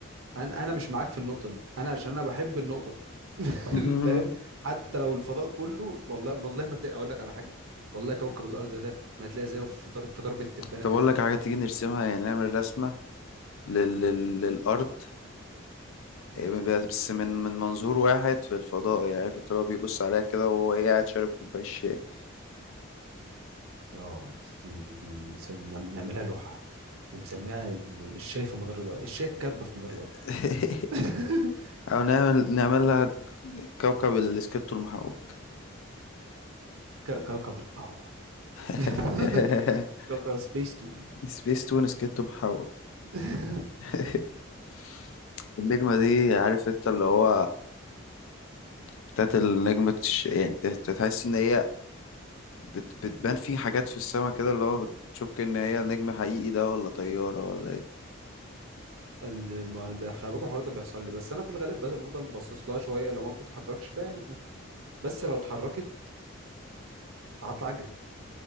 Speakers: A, on the right; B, on the left.
A: انا انا مش معاك في النقطه دي انا عشان انا بحب النقطه دي <laughs>
B: <laughs>
A: فاهم حتى لو الفضاء كله والله والله ما تلاقي اقول لك على حاجه والله كوكب الارض ده ما هتلاقي زيه في ضرب في ضربه تبانه
B: طب
A: تم
B: أقول لك على حاجة تيجي نرسمها يعني نعمل رسمة لل... لل... للأرض إيه، بس من من منظور واحد في الفضاء يعني عارف انت اللي هو بيبص عليها كده وهو إيه، قاعد شارب كوباية شاي
A: اه ت- ت- نعم- نعملها لوحة ونسميها ال- الشاي في مدار الأرض الشاي الكب في مدار الأرض
B: <laughs>
A: <laughs>
B: او نعمل نعمل لها كوكب السكيتو المحوك
A: ك- كوكب القهوة
B: <laughs>
A: <laughs> كوكب سبيس تون
B: سبيس تون سكيتو محوك
A: <laughs>
B: <laughs> النجمة دي عارف انت اللي هو بتاعت النجمة تش... يعني تت- تحس ان هي بت... بتبان في حاجات في السماء كده اللي هو بتشك ان هي نجم حقيقي ده ولا طيارة ولا ايه
A: ال- ما ده خلي بالك الحوار ده بيحصل لي بس انا في الغالب بس- بفضل باصص لها شويه لو ما بتتحركش فيها نجمه بس لو اتحركت هطلع اجري